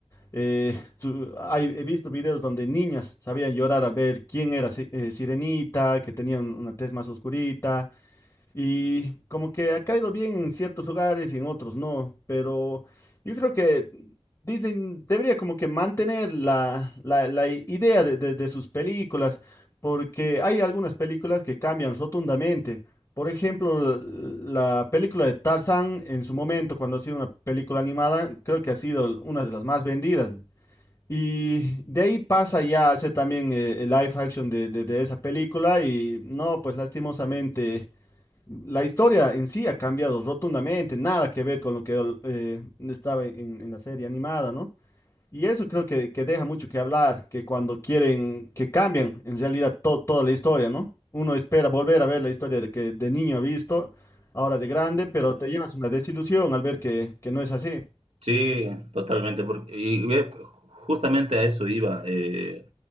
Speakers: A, on the left (about 30°); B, on the right (about 80°).
A: eh, tu- hay- he visto videos donde niñas sabían llorar al ver quién era Si- eh, Sirenita, que tenía un- una tez más oscurita. Y como que ha caído bien en ciertos lugares y en otros no, pero yo creo que Disney debería como que mantener la, la- la idea de, de- de sus películas, porque hay algunas películas que cambian rotundamente. Por ejemplo, la película de Tarzán en su momento, cuando ha sido una película animada, creo que ha sido una de las más vendidas. Y de ahí pasa ya a hacer también eh, el live action de, de de esa película y no, pues lastimosamente. La historia en sí ha cambiado rotundamente, nada que ver con lo que eh, estaba en, en la serie animada, ¿no? Y eso creo que, que deja mucho que hablar, que cuando quieren que cambian en realidad to- toda la historia, ¿no? Uno espera volver a ver la historia de que de niño ha visto, ahora de grande, pero te llevas una desilusión al ver que, que no es así.
B: Sí, totalmente, porque y, y, eh, justamente a eso iba. eh,